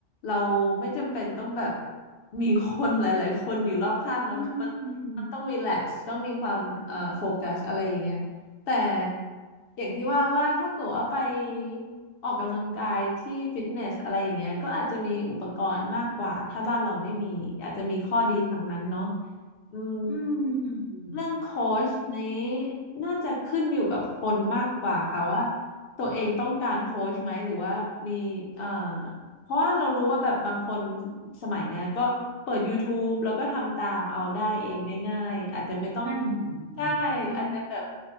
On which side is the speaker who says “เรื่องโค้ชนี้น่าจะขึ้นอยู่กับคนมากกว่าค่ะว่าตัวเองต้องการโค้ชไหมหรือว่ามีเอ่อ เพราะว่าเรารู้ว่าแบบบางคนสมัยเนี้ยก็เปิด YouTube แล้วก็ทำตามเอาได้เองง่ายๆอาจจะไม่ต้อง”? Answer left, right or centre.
Left